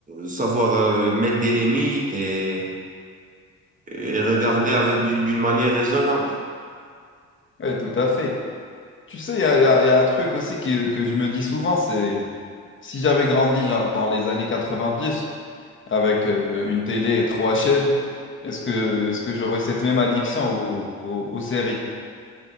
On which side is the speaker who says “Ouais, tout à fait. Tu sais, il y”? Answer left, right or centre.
Left